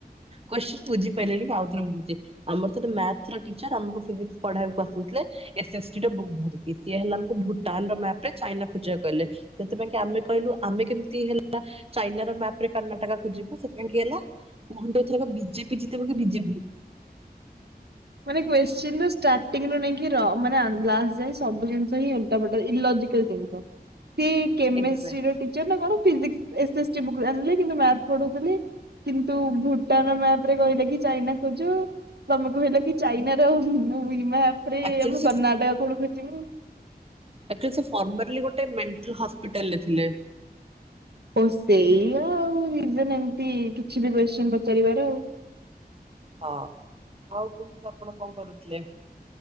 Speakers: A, on the right; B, on the right.
A: କୋଚିଂନ ବୁଝି ପାରିଲିନି କି ଆଉ ଥରେଛି ଆମର ମାର୍ଥ ର ଟିଚର ଆମକୁ ଫିିଜିକ୍ସ ପଡ଼େଇବାକୁ ଆସୁଥିଲେ ଏସ ଏସ ଟି ର ବୁକ ଧରିକି ସିଏ ହେଲା ଆମକୁ ଭୁଟାନ ର ମ୍ୟାପ ରେ ଚାଇନା ଖୋଜିବାକୁ କହିଲେ ସେଥିପାଇଁ କି ଆମେ କହିଲୁ ଆମେ କେମିତି ହେଲା ଚାଇନା ର ମ୍ୟାପ ରେ କର୍ଣ୍ଣାଟକ ଖୋଜିବୁ କାହିଁକି ହେଲା କୁହନ୍ତୁ ଏଥରକ ବିଜେପି ଜିତବ କି ବିଜେଡ଼ି?
B: ମାନେ କୋଛିନ ଷ୍ଟାର୍ଟିଂରୁୁ ନେଇକି ଲାଷ୍ଟ ଯାଏ ସବୁ ଜିନିଷ ଓଲଟା ପାଲଟା ଇଲୋଜିକାଲ ଜିନିଷ ସେ କେମେଷ୍ଟ୍ରିର
A: ଏକ୍ସାକ୍ଟଲି
B: ଟିଚର ନା କଣ physics S S T book ଆଣିଲି କିନ୍ତୁ ମାର୍ଥ ପଢଉଥିଲି କିନ୍ତୁ ଭୁଟାନ ତା ପରେ କହିଲେ କି ଚାଇନା ଖୋଜ ତମେ କହିଲ କି ଚାଇନା ର ମ୍ୟାପ ରାତ୍ରୀ
A: ଆକ୍ଚୁଆଲି
B: ଆମେ କର୍ଣ୍ଣାଟକ ଆଡକୁ ଯିବୁ
A: ଆଙ୍କଚୁଲି ଫର୍ମାଲିଟି ପିଟାଲରେ ଥିଲେ
B: ହ ସେଇଆ ଆଉ ରିଜନ ଏମତି କିଛି ବି କୋତ୍ସିନ ପଚାରିବାର ଆଉ।
A: ହଁ ଆଉ କୁହନ୍ତୁ ଆପଣ କଣ କରୁଥିଲେ।